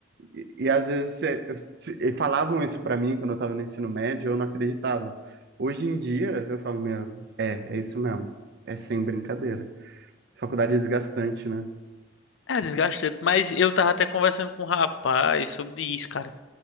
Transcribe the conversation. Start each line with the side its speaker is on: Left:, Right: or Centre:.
Right: E, e às vezes você, se- e falavam isso pra mim quando eu tava no ensino médio, eu não acreditava. Hoje em dia, eu falo, meu, é, é isso mesmo. É sem brincadeira. Faculdade é desgastante, né?
Left: É desgastante, mas eu tava até conversando com um rapaz sobre isso, cara.